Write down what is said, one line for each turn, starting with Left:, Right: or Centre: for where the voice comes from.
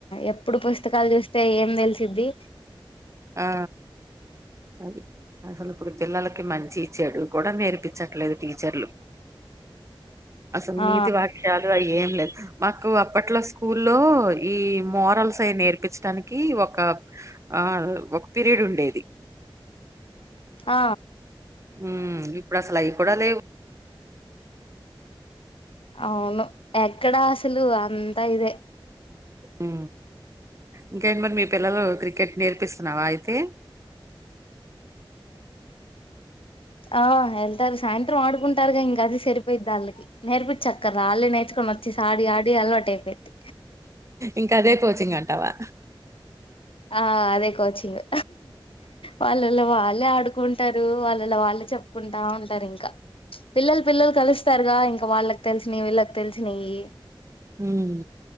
Left: ఎప్పుడు పుస్తకాలు చూస్ స్తే ఏం తెలిసిద్ది
Right: ఆ అది అసలు ఇప్పుడు పిల్లలకి మంచి చెడు కూడా నేర్పించట్లేదు టీచర్లు అసలు
Left: ఆ
Right: నీతి వాక్యాలు అయి ఏం లేదు మాకు అప్పట్లో స్కూల్ లో ఈ మోరల్స్ అవి నేర్పించడానికి ఒక ఆ ఒక పీరియడ్ ఉండేది
Left: ఆ
Right: ఉ ఇప్పుడు అసలు అవి కూడా లేవు
Left: అవును ఎక్కడా అసలు అంతా ఇదే
Right: ఉ ఇంకేంటి మరి మీ పిల్లలు క్రికెట్ నేర్పిస్తున్నావా అయితే
Left: ఆ ఎళ్తారు సాయంత్రం ఆడుకుంటారుగా ఇంగ అది సరిపోయిద్ది ఆళ్ళకి నేర్పిచ్చక్కర్ లా అళ్ళ నేర్చుకొని వచ్చిసి ఆడి ఆడి అలవాటు అయిపోది
Right: ఇంకా అదే కోచింగ్ అంటావా
Left: ఆ అదే కోచింగు వాళ్ళలో వాళ్ళే ఆడుకుంటారు వాళ్ళలో వాళ్ళే చెప్పుకుంటా ఉంటా సరే ఇంక పిల్లలు పిల్లలు కలుస్తారుగా ఇంకా వాళ్ళకి తెలిసిన న వీళ్ళ తెలిసినయ్య
Right: హుమ్